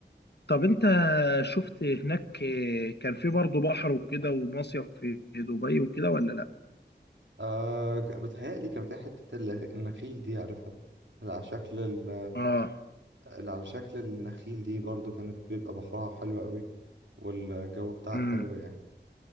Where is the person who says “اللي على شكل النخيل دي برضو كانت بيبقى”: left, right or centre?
Right